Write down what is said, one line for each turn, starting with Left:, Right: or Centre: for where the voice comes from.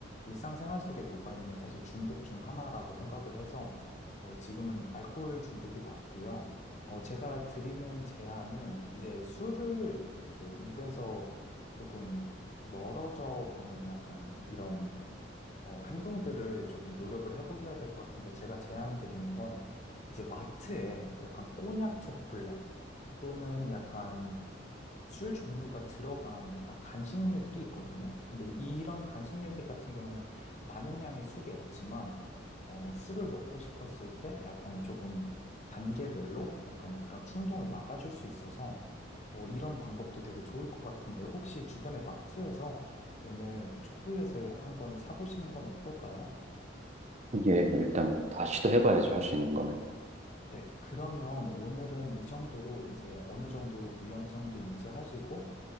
Left: 일상생활 속에 녹아있는 사실 중독 중 하나라고 생각을 해서 어, 지금은 알코올 중독이 맞고요. 어, 제가 드리는 제안은 이제 술을 이제 입에서 조금 멀어져 보는 약간 이런 어, 행동들을 조금 노력을 해보셔야 될 것 같은데 제가 제안 드리는 건 이제 마트에 약간 꼬냑 초콜릿 또는 약간 술 종류가 들어간 약간 간식류들이 있거든요. 근데 이런 간식류들 같은 경우는 많은 양의 술이 없지만, 어, 술을 먹고 싶었을 때 약간 조금 단계별로 약간 그런 충동을 막아줄 수 있어서, 어, 이런 방법도 되게 좋을 것 같은데, 혹시 주변의 마트에서 오늘 초콜릿을 한번 사보시는 건 어떨까요?
Right: 예, 일단 다 시도해봐야죠. 할 수 있는 거는.
Left: 네, 그러면 오늘은 이 정도로 이제 어느 정도 위험성도 인지하시고,